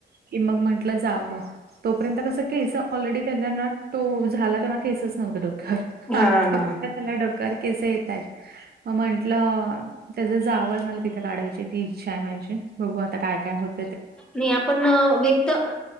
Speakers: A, on the right (about 50°); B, in the centre.
A: कि मग म्हंटलं जावं, तोपर्यंत कसं केस ऑलरेडी त्याला ना, तो झाला तेव्हा केसच नव्हते डोक्यावर आता
B: हा हा
A: त्याला डोक्यावर केस येतात मग म्हंटलं त्याच जावळ मला तिथे काढायची ती इच्छा आहे माझे बघू आता काय काय होत.
B: नाही आपण व्यक्त अ